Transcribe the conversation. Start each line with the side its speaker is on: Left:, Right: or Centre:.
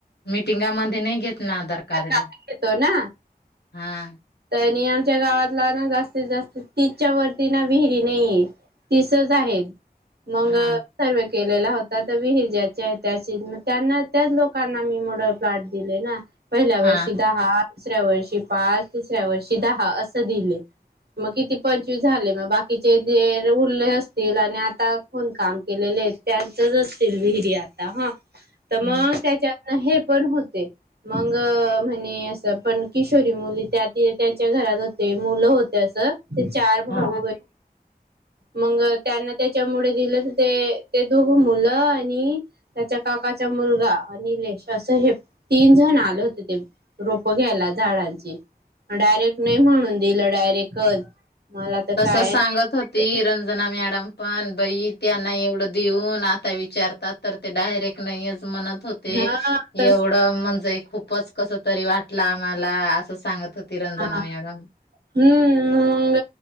Left: मीटिंगामध्ये नाही घेत ना आधार कार्ड.
Right: <unintelligible> येतो ना?
Left: हा.
Right: काय नाही आमच्या गावातला ना जास्तीत जास्त तीस च्या वरती ना विहिरी नाहीये. तिसच आहेत. मग
Left: हा
Right: सर्वे केलेला होता तर, विहिर ज्याची आहे त्याशी त्यांना त्याच लोकां- ना <unintelligible> कार्ड दिले ना, पहिल्या
Left: हा
Right: वर्षी दहा- दुसऱ्या वर्षी पाच, तिसऱ्या वर्षी दहा असं दिले. मग किती पंचवीस झाले. मग बाकीचे जे उरले असतील आणि आता कोण काम- केलेलए त्यांचच असतील विहिरी आता हा. तर मग
Left: हम्म
Right: त्याच्या- हे पण होते. मंग म्हणे असं. पण किशोरी मुली त्या त्यांच्या घरात होते. मुलं होते असं- ते चार भाऊ
Left: हा
Right: बहीण- मंग त्यांना त्याच्यामुळे दिलं तर ते, ते दोघं मुल आणि- त्याच्या काकाचा मुलगा अनिलए- असं हे तीन जण आले होते ते रोप घ्यायला झाडांची. डायरेक्ट नाही म्हणून दिलं डायरेक्टच. मला तर
Left: तस
Right: काय
Left: सांगत
Right: नाही
Left: होती रंजना मॅडम पण. बई त्यांना एवढं देऊन आ- विचारतात तर ते डायरेक्ट नाहीयच म्हणत होते.
Right: हा तस
Left: एवढं म्हणजे खूपच- कस तरी वाटल आम्हाला असं सांगत होती रंजना
Right: हा
Left: मॅडम.
Right: हम्म. मंग